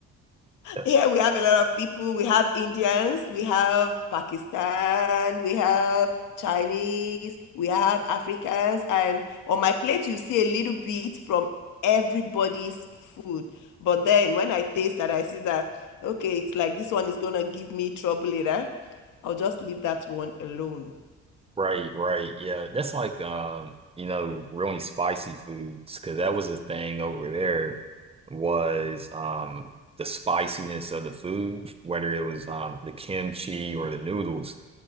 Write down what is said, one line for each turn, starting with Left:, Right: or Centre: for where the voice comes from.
Right: <laughs>
Left: Here we have a lot of people. We have Indians, we have Pakistan, we have Chinese, we have Africans, and on my plate, you see a little bit from everybody's food. But then when I taste that, I see that, okay, it's like this one is gonna give me trouble later. I'll just leave that one alone.
Right: Right, right. Yeah, that's like um, you know, really spicy foods because that was the thing over there was um the spiciness of the food, whether it was um the kimchi or the noodles,